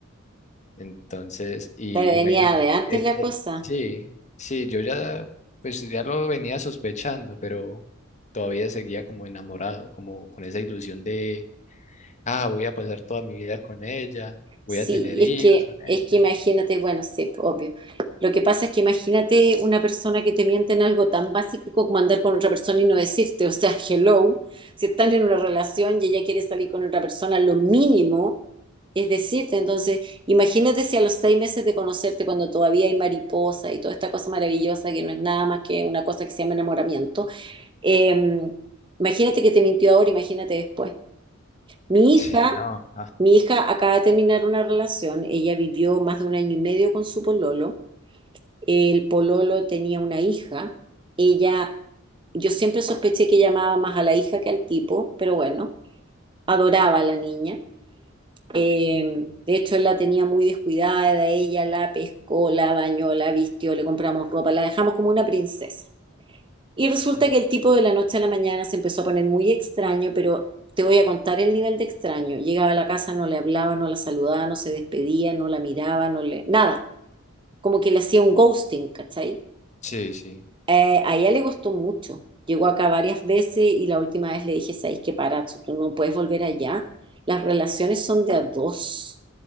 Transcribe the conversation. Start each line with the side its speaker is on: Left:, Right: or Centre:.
Left: Entonces, y
Right: te venía
Left: imagínate
Right: de
Left: que,
Right: antes
Left: eh,
Right: la
Left: eh,
Right: cosa.
Left: sí, sí, yo ya, pues ya lo venía sospechando, pero todavía seguía como enamorado, como con esa ilusión de, ah, voy a pasar toda mi vida con ella, voy
Right: Sí,
Left: a tener hijos
Right: es que,
Left: con
Right: es
Left: ella.
Right: que imagínate, bueno, sí, pues, obvio. Lo que pasa es que imagínate una persona que te miente en algo tan básico como andar con otra persona y no decirte, o sea, <laughs> hello, si estás en una relación y ella quiere salir con otra persona, lo mínimo es decirte. Entonces, imagínate si a los seis meses de conocerte, cuando todavía hay mariposa y toda esta cosa maravillosa que no es nada más que una cosa que se llama enamoramiento, eh, imagínate que te mintió ahora, imagínate después. Mi hija,
Left: Sí, no, ah,
Right: mi hija acaba de terminar una relación, ella vivió más de un año y medio con su pololo, el pololo tenía una hija, ella, yo siempre sospeché que llamaba más a la hija que al tipo, pero bueno, adoraba a la niña. Eh, de hecho, él la tenía muy descuidada, ella la pescó, la bañó, la vistió, le compramos ropa, la dejamos como una princesa. Y resulta
Left: mm,
Right: que el tipo de la noche a la mañana se empezó a poner muy extraño, pero te voy a contar el nivel de extraño. Llegaba a la casa, no le hablaba, no la saludaba, no se despedía, no la miraba, no le... Nada. Como que le hacía un ghosting, ¿cachai?
Left: sí, sí,
Right: Eh, a ella le gustó mucho. Llegó acá varias veces y la última vez le dije, ¿sabes qué, Parazzo? Tú no puedes volver allá. Las relaciones son de a dos.